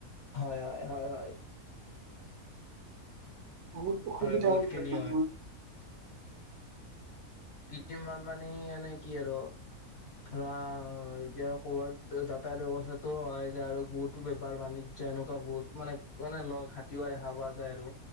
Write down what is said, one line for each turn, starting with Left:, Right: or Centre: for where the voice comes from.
Left: হয়, হয়, হয়, হয়!
Right: বহুত অসুবিধাও
Left: হয় বহুত খিনি
Right: হয়, মানুহৰ।
Left: কৃত্ৰিম বানপানী, মানে কি আৰু! ধৰা, এতিয়া ক'ৰবাত, যাতায়ত ব্যৱস্থাটো হয়। যে, আৰু বহুতো বেপাৰ-বাণি যে এনেকুৱা বহুত মানে, মানে লগ, <unintelligible> দেখা পোৱা যায় আৰু।